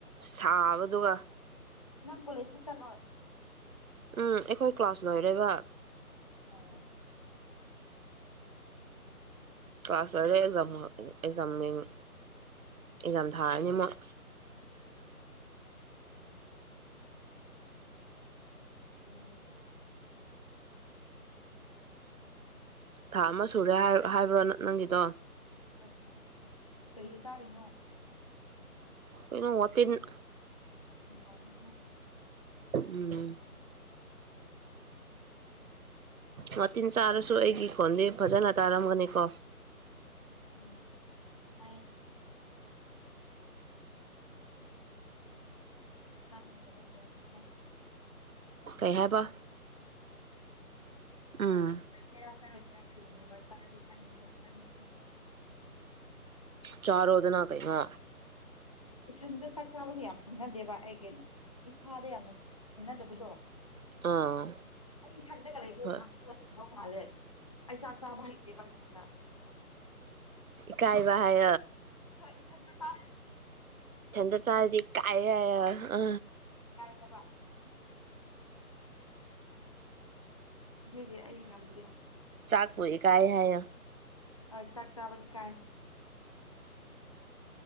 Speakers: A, on the right (about 65°); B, on the left (about 20°).
A: ꯁꯥꯕꯗꯨꯒ
B: ꯅꯪ ꯀꯣꯂꯦꯖ ꯆꯂꯣꯣꯏ
A: ꯎꯝ ꯑꯩꯈꯣꯏ ꯀ꯭ꯂꯥꯁ ꯂꯣꯏꯔꯕ
B: ꯑꯥ
A: ꯀ꯭ꯂꯥꯁ ꯂꯣꯏꯔꯦ ꯑꯦꯛꯖꯥꯝ ꯑꯦꯛꯖꯥꯝꯡ ꯑꯦꯛꯖꯥꯝ ꯊꯥꯔꯅꯤ ꯃꯣꯏ
B: ꯌꯥꯝ
A: ꯊꯥ ꯑꯃ ꯁꯨꯔꯦ ꯍꯥꯏꯕ꯭ꯔꯣ ꯅꯪꯒꯤꯗꯣ
B: ꯍꯣꯏ ꯊ ꯀꯔꯤ ꯁꯥꯔꯤꯅꯣ
A: ꯑꯗꯨꯩꯅ ꯃ ꯃꯇꯝꯤꯟ
B: ꯃꯔ ꯍ
A: ꯎꯝ ꯃꯇꯤꯟ ꯆꯥꯔꯁꯨ ꯑꯩꯒꯤ ꯈꯣꯟꯗꯤ ꯐꯖꯅ ꯇꯥꯔꯝꯒꯅꯤꯀꯣ
B: ꯎꯝ ꯎꯝ ꯆꯥꯅꯤꯡꯗꯕꯑꯣꯅꯤꯡ
A: ꯀꯩ ꯍꯥꯏꯕ ꯎꯝ
B: ꯊꯥꯛꯇꯔꯁꯔ ꯆ‌ꯦꯅꯦꯕ ꯆꯗꯤ ꯆꯅꯤꯕ ꯆꯗꯤ ꯆꯅꯤ
A: ꯆꯥꯔꯣꯗꯅ ꯀꯩ ꯉꯥ
B: ꯏꯊꯟꯗ ꯆꯥꯛ ꯆꯥꯕꯁꯦ ꯌꯥꯝ ꯍꯤꯡꯅꯗꯦꯕ ꯑꯩ ꯀꯩꯅꯣ ꯏꯁꯥꯗ ꯌꯥꯝꯅ ꯍꯦꯅꯗꯕꯗꯣ
A: ꯑꯥ
B: ꯑꯩ ꯏꯊꯟꯗ ꯀ ꯂꯩꯒ
A: ꯍꯣꯏ
B: ꯉꯇꯒ ꯆꯨꯗꯧ ꯃꯥꯜꯂꯦ ꯑꯩ ꯆꯥꯛ ꯆꯥꯕ ꯍꯩꯇꯦꯕ ꯏꯊꯟꯗ
A: ꯀꯥꯏꯕ ꯍꯥꯏ
B: ꯏꯈꯗ ꯇ
A: ꯊꯟꯗ ꯆꯥ ꯑꯗꯤ ꯀꯌꯦ ꯑ
B: ꯌꯥꯕ ꯑꯗꯨꯒꯤ ꯑꯩ ꯉꯝꯗꯦ
A: ꯆꯥꯥꯛꯄꯦ ꯀꯥꯏ ꯍꯥꯏ
B: ꯍꯣꯏ ꯆꯥꯛ ꯆꯥꯕ ꯏꯀꯥꯏ